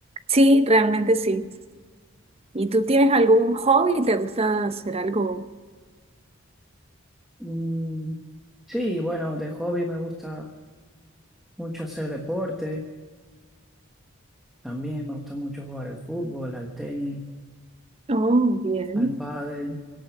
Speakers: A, on the right; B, in the centre.
A: sí, realmente sí. ¿Y tú tienes algún hobby? ¿Te gusta hacer algo?
B: Mm, sí, bueno, de hobby me gusta mucho hacer deporte. También me gusta mucho jugar al fútbol, al tenis,
A: Oh, bien.
B: al pádel.